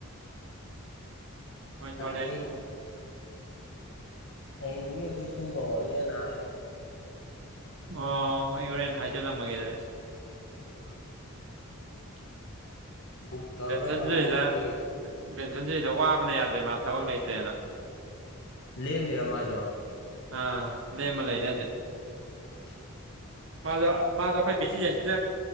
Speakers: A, on the right (about 60°); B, on the left (about 55°).
A: ꯃꯣꯏ ꯊꯣ
B: ꯍꯌꯦꯡ ꯍꯌꯦꯡꯗꯒꯤ ꯑꯩꯈꯣꯏ ꯁꯨꯕ ꯍꯧꯔꯅꯦꯅ ꯍꯥꯏ
A: ꯑꯣ ꯏꯧꯔꯦꯟ ꯍꯖꯂ ꯃꯒꯗꯔꯦ
B: ꯎꯝ
A: <unintelligible>
B: ꯕꯨꯛ ꯇꯧꯔꯒ
A: ꯦꯟꯁꯟ
B: ꯊꯝꯃꯝꯃꯣ
A: ꯆꯗ
B: ꯑꯩꯈꯣꯏꯒꯤ
A: ꯄꯦꯟꯁꯟꯁꯤꯗ ꯋꯥꯕꯅ ꯌꯥꯗ꯭ꯔꯦ ꯃꯥ ꯊꯕꯛ ꯂꯩꯇ꯭ꯔꯦꯅ
B: ꯂꯩꯃꯤꯔꯥ ꯃꯥꯖꯣ
A: ꯑ ꯂꯦꯃ ꯂꯩ ꯔꯖꯦ
B: <inaudible>
A: ꯃꯥ ꯃꯥꯖꯈꯣꯏ ꯖꯤꯅꯦꯁ